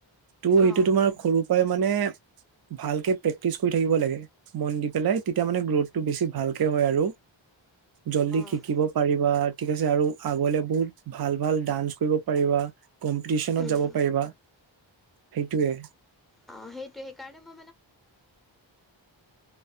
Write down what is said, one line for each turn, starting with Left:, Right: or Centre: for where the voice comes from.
Right: ত' সেইটো
Centre: অ
Right: তোমাৰ সৰু পৰাই মানে ভালকে প্ৰেক্টিচ কৰি থাকিব লাগে মন দি পেলাই তেতিয়া মানে গ্ৰথটো বেছি ভালকে হয় আৰু জলদি শিকিব
Centre: অ
Right: পাৰিবা, ঠিক আছে আৰু আগলে বহুত ভাল ভাল ডান্স কৰিব পাৰিবা, কম্পিটিচনত
Centre: উম,
Right: যাব পাৰিবা, সেইটোৱে।
Centre: অহ তোমাৰ তিনি